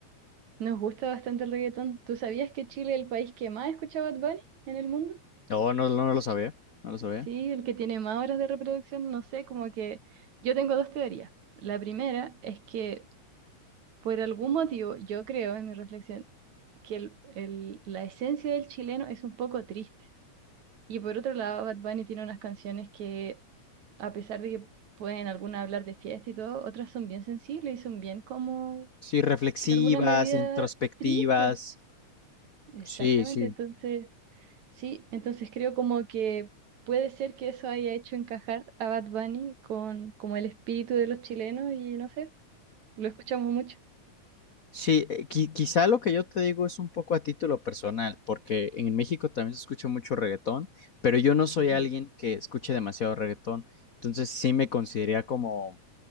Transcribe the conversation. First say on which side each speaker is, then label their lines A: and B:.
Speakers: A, on the right; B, on the left.
A: nos gusta bastante el reggaetón. ¿Tú sabías que Chile es el país que más escucha Bad Bunny en el mundo?
B: No, no, no lo sabía, no lo sabía.
A: Sí, el que tiene más horas de reproducción, no sé, como que yo tengo dos teorías. La primera es que por algún motivo, yo creo en mi reflexión, que el- el- la esencia del chileno es un poco triste. Y por otro lado, Bad Bunny tiene unas canciones que a pesar de que pueden algunas hablar de fiesta y todo, otras son bien sensibles y son bien como,
B: Sí, reflexivas,
A: de alguna medida,
B: introspectivas.
A: tristes. Exactamente,
B: Sí, sí.
A: entonces, sí, entonces creo como que puede ser que eso haya hecho encajar a Bad Bunny con como el espíritu de los chilenos y no sé, lo escuchamos mucho.
B: Sí, eh, qui- quizá lo que yo te digo es un poco a título personal, porque en México también se escucha mucho reggaetón, pero yo no soy
A: Ujú.
B: alguien que escuche demasiado reggaetón, entonces sí me consideraría como